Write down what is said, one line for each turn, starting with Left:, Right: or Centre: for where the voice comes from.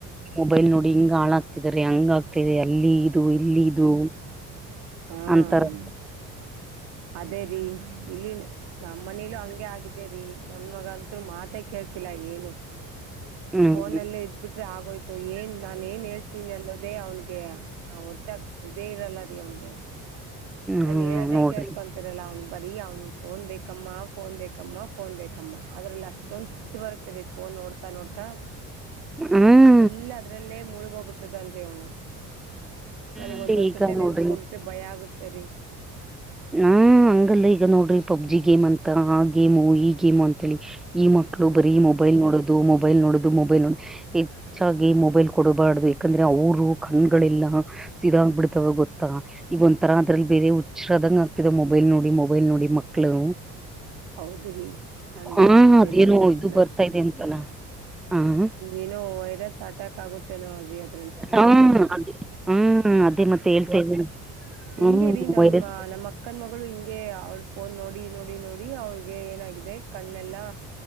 Centre: ಮೊಬೈಲ್ ನೋಡಿ ಹಿಂಗ್ ಹಾಳಾಗ್ತಿದಿದ್ದಾರೆ ಹಂಗ ಆಗ್ತಿದೆ ಅಲ್ಲಿ ಇದು ಇಲ್ಲಿ ಇದು
Right: ಹಾ
Centre: ಅಂತಾರೆ.
Right: ಅದೇ ರೀ ಇಲ್ಲಿನೂ ನಮ್ಮ ಮನೇಲೂ ಹಂಗೆ ಆಗಿದ್ದೆ ರಿ ನನ್ ಮಗ ಅಂತೂ ಮಾತ ಕೇಳ್ತಿಲ್ಲಾ ಏನು
Centre: ಹ್ಮ್
Right: ಫೋನಲ್ಲೇ ಇದ್ಬಿಟ್ರೆ ಆಗೋಯ್ತು ಏನ್ ನಾನನ್ ಏನ್ ಹೇಳ್ತೀನಿ ಅನ್ನೋದೇ ಅವನಿಗೆ ಹಾ ಒಟ್ಟಾಗ ಇದೇ ಇರಲ್ಲ ರೀ ಅವನ್ಗೆ ನನ್
Centre: ಹ್ಮ್
Right: ಹೇಳದೇ
Centre: ನೋಡ್ರಿ
Right: ಕೊಂತರಲ್ಲ ಅವ್ನು ಬರೀ ಅವ್ನು ಫೋನ್ ಬೇಕಮ್ಮ ಫೋನ್ ಬೇಕಮ್ಮ ಫೋನ್ ಬೇಕಮ್ಮ ಅದ್ರಲ್ಲಿ ಅಷ್ಟೊಂದ ಸಿಟ್ಟ್ ಬರ್ ರಿ ಫೋನ್ ನೋಡ್ತಾ ನೋಡ್ತಾ.
Centre: ಹ್ಮ್
Right: ಫುಲ್ ಅದ್ರಲ್ಲೇ ಮುಳಗ್ ಹೋಗ್ಬಿಟ್ಟ್ರಿದಾನ್ರಿ ಅವನು ನನಗ್
Centre: ಅದೇ
Right: ಒಂದೊಂದ್ಸತಿ
Centre: ಈಗ ನೋಡ್ರಿ
Right: ನೆನಸ್ಕೊಕೊಂಡು ಬಿಟ್ರೆ ಭಯ ಆಗುತೇರಿ ರಿ.
Centre: ಹಾ ಹಂಗಲ್ಲ ಈಗ ನೋಡ್ರಿ ಪಬ್ಜಿ ಗೇಮ್ ಅಂತ ಆ ಗೇಮು ಈ ಗೇಮು ಅಂತೇಳಿ ಈ ಮಕ್ಳ ಳು
Right: ಹ್ಮ್
Centre: ಬರಿ ಮೊಬೈಲ್ ನೋಡೋದು ಮೊಬೈಲ್ ನೋಡೋದು ಮೊಬೈಲ್ ನೋಡೋದು ಹೆಚ್ಚಾಗಿ ಮೊಬೈಲ್ ಕೊಡಬಾರ್ದು ಯಾಕಂದ್ರೆ ಅವರು ಕಣ್ಗಳೆಲ್ಲ ಸಿದೋಗ್ ಬಿಡ್ತವ ಗೊತ್ತಾ ಈಗ ಒಂಥರ ಅದ್ರಲ್ಲಿ ಬೇರೆ ಶ್ರದ್ಧಾಂಗ ಆಗ್ತಿದ ಮೊಬೈಲ್ ನೋಡಿ ಮೊಬೈಲ್ ನೋಡಿ ಮಕ್ಕಳು.
Right: ಹೌದ್ರಿ ಹಂಗೆ
Centre: ಹಾ
Right: ಆಗ್ತಿದೆ
Centre: ಅದೇನೊ
Right: ರೀ ನಮ್ಗ
Centre: ಇದು
Right: ನಾ
Centre: ಬರ್ತಾ ಇದೆ ಅಂತಲ್ಲ. ಹ
Right: ಏನೋ ವೈರಸ್ ಅಟ್ಯಾಕ್ ಆಗುತ್ತೆನೊ ರಿ ಅದು.
Centre: ಹ್ಮ ಅದೇ ಹ್ಮ್ ಅದೇ ಮತ್ತೆ ಹೇಳ್ತಾ ಇದ್ದೀನಿ.
Right: ಹೆಂಗೆ
Centre: ಹ್ಮ್
Right: ರಿ ನಮ್ಮ
Centre: ವೈರಸ್
Right: ನಮ್ಮ ಅಕ್ಕನ್ ಮಗಳು ಹಿಂಗೆ ಅವಳ ಫೋನ್ ನೋಡಿ ನೋಡಿ ನೋಡಿ ಅವಳಿಗೆ ಏನಾಗಿದೆ ಕಣ್ಣೆಲ್ಲಾ